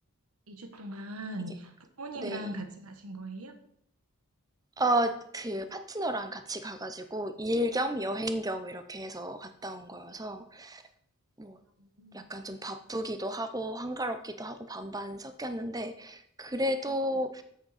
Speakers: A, on the right; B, on the right.
A: 2주 동안
B: 이게
A: 부모님이랑
B: 네,
A: 같이 가신 거예요?
B: 어, 그 파트너랑 같이 가가지고 일 겸 여행 겸 이렇게 해서 갔다 온 거여서 뭐
A: 음,
B: 약간 좀 바쁘기도 하고 한가롭기도 하고 반반 섞였는데 그래도
A: 아,